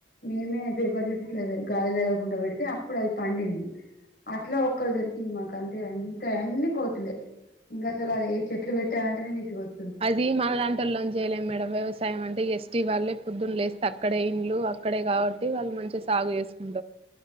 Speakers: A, on the left; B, on the right.
A: మేమే పేపర్ చుట్టి గాలి తలగకుండా పెడితే అప్పుడు అది పండింది అట్లా ఒక్కట్ దొరికింది మాక్ అంతే మిగతా అన్ని కోతులే ఇంకా అసల్ అదే ఏ చెట్లు పెట్టాలంటేనే విసుకొస్
B: అది మనలాంటోల్లం చేయలేం మేడం వ్యవసాయం అంటే ఎస్టీ వాళ్ళే పొద్దున్న లేస్తే అక్కడే ఇండ్లు అక్కడే కాబట్టి వాళ్ళు మంచిగా సాగు చేస్కుంటరు